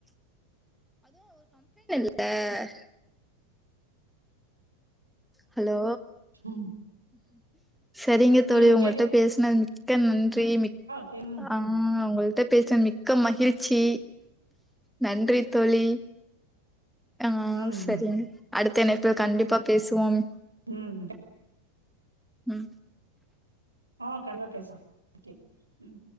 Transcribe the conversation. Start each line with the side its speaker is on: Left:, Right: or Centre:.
Centre: ஆ ஹலோ
Right: ம்
Centre: சரிங்க தோழி
Right: ம்
Centre: உங்கள்ட்ட
Right: கேக்குதுங்களா
Centre: பேசுன மிக்க நன் றி மி
Right: கே ம்
Centre: ஆ உங்கள் ட்ட பேசுன மிக்க மகிழ்ச்சி நன்றி தோழி ஆ
Right: ம்
Centre: சரிங் அடுத்த இனைப்பில் கண்டிப் ப்பா பேசுவோம்
Right: ம்
Centre: ம்
Right: ம் கண்டிப்பா பேசலாம் ஓகே ம்